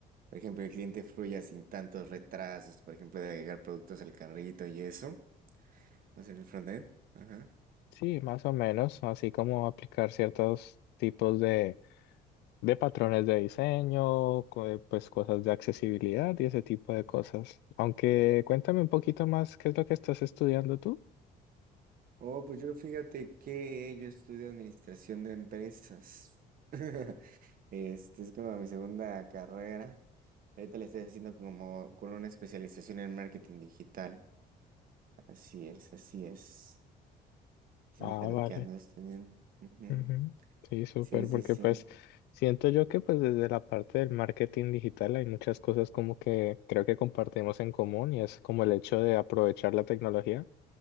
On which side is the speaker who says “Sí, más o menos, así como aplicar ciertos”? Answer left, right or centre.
Left